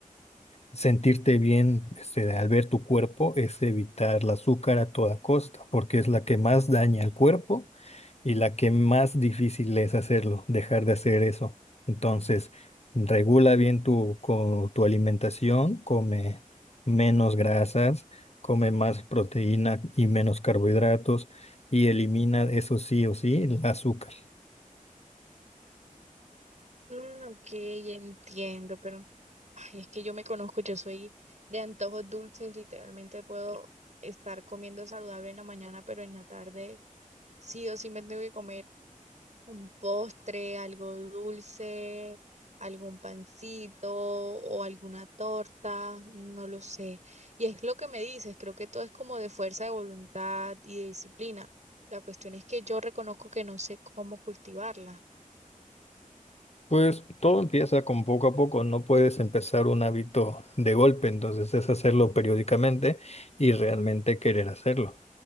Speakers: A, on the left; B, on the right.
A: sentirte bien este, al ver tu cuerpo es evitar el azúcar a toda costa, porque es la que más daña al cuerpo y la que más difícil es hacerlo, dejar de hacer eso. Entonces, regula bien tu, co- tu alimentación, come menos grasas, come más proteína y menos carbohidratos y elimina eso sí o sí el azúcar.
B: mm, ok, entiendo, pero ay, es que yo me conozco, yo soy de antojos dulces, literalmente puedo estar comiendo saludable en la mañana, pero en la tarde sí o sí me tengo que comer. un postre, algo dulce, algún pancito o alguna torta, no lo sé. Y es lo que me dices, creo que todo es como de fuerza de voluntad y de disciplina. La cuestión es que yo reconozco que no sé cómo cultivarla.
A: Pues todo empieza con poco a poco, no puedes empezar un hábito de golpe, entonces es hacerlo periódicamente y realmente querer hacerlo.